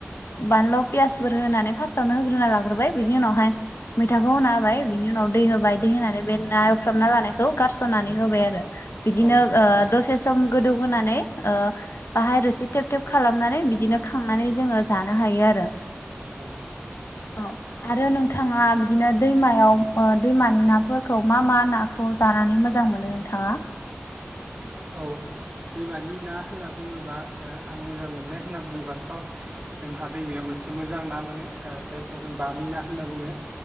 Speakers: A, on the left; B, on the right.
A: बानल' पियासफोर होनानै फार्स्टावनो होग्रोना लाग्रोबाय बिनि उनावहाय मैथाखौ होना होबाय बिनि उनाव दै होबाय दै होनानै बे ना एवफ्रामना लानायखौ गारस'नानै होबाय आरो बिदिनो
B: औ
A: ओ दसेस चोम गोदौहोनानै ओ बाहारोसि थेब थेब खालामनानै बिदिनो खांनानै जोङो जानो हायो आरो ।
B: औ ।
A: औ आरो नोंथाङा बिदिनो दैमायाव ओ दैमानि नाफोरखौ मा मा नाखौ जानानै मोजां मोनो? नोंथाङा ।
B: औ दैमानि ना होनना बुङोबा ओ आं मोजां मोननाय होनना बुङोबा थ' जोंहा दैमायाव मोनसे मोजां ना मोनो ओ जाय बेखौ जों बामिना होनना बुङो